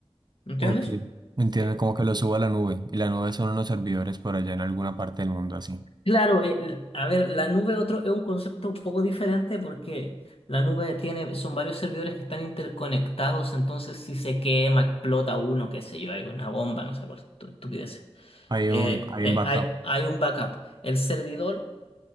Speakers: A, on the left (about 65°); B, on the right (about 45°).
A: ¿Entiendes?
B: Ok, entiendo,
A: Eh,
B: como que lo subo a la nube. Y la nube son unos servidores por allá en alguna parte del mundo así.
A: Claro, eh, l- a ver, la nube otro, es un concepto un poco diferente porque la nube tiene, son varios servidores que están interconectados, entonces si se quema, explota uno, qué sé yo, hay una bomba, no sé cuál estu- estupidez.
B: Hay
A: Eh,
B: un, hay
A: eh,
B: un backup.
A: hay, hay un backup. El servidor